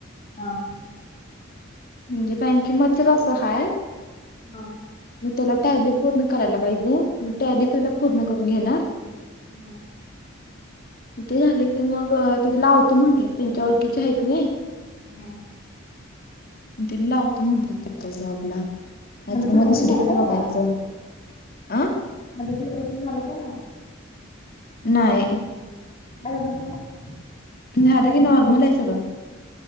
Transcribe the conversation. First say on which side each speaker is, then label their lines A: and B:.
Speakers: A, on the left; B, on the left.
A: हाव
B: म्हणजे बँकिंग मध्ये कसं हाय.
A: हाव
B: मी त्याला टेली पूर्ण करायला पाहिजे. टेली पाहिला पूर्ण करून घेणार,
A: हम्म.
B: त ते झाले क मग तिथे लावत म्हटलं, त्यांच्या ओळखीचे आहेत नई.
A: हम्म
B: म तिन्ही लावतो म्हटलं तिथं जॉबला. नाही
A: नंदूचं
B: तर
A: ऑपरेशन
B: मग दुसरीकडे
A: झालं का नाही
B: बघायचं.
A: त्या?
B: अं
A: <inaudible> झालं का नाय.
B: नाही
A: <unintelligible>
B: झाल की नॉर्मल हाय सगळं.